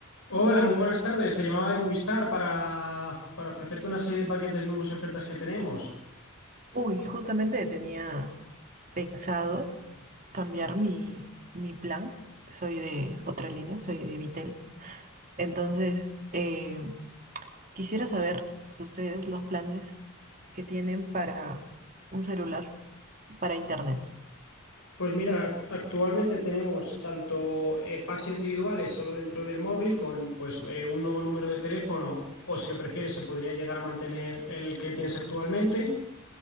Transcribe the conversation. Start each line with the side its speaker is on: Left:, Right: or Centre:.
Left: Hola, muy buenas tardes. Te llamaba de Movistar para, para ofrecerte una serie de paquetes nuevos y ofertas que tenemos.
Right: Uy, justamente tenía pensado cambiar mi, mi plan. Soy de otra línea, soy de Vitel. Entonces, eh, quisiera saber si ustedes los planes que tienen para un celular, para internet.
Left: Pues mira, actualmente tenemos tanto eh, packs individuales solo dentro del móvil con pues eh, un nuevo número de teléfono o si lo prefieres se podría llegar a mantener el que tienes actualmente